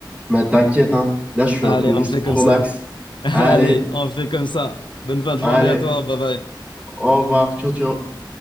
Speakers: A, on the right (about 15°); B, on the left (about 70°).
A: Mais t'inquiète, hein, là, je suis
B: Allez,
A: un touriste
B: on fait
A: pro
B: comme ça.
A: max.
B: <laughs> Allez,
A: Allez,
B: on fait comme ça. Bonne fin de
A: allez,
B: journée à toi. Bye bye.
A: au revoir, ciao, ciao.